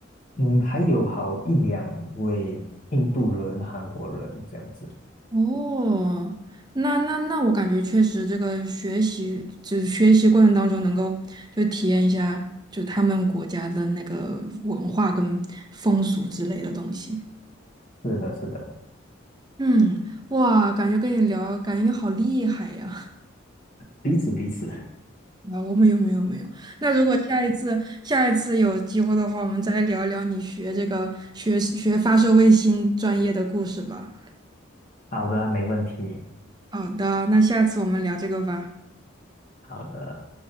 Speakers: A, on the left (about 40°); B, on the right (about 20°).
A: 嗯，还有好一两位印度人、韩国人这样子。
B: 哦，那那那我感觉确实这个学习就是学习过程当中能够就体验一下就他们国家的那个文化跟风俗之类的东西。
A: 是的，是的，
B: 嗯，哇，感觉跟你聊，感觉你好厉害呀。
A: 彼此彼此。
B: 啊，我没有没有没有。那如果下一次下一次有机会的话，我们再聊聊你学这个学学发射卫星专业的故事吧。
A: 好的，没问题。
B: 好的，那下次我们聊这个吧。
A: 好的。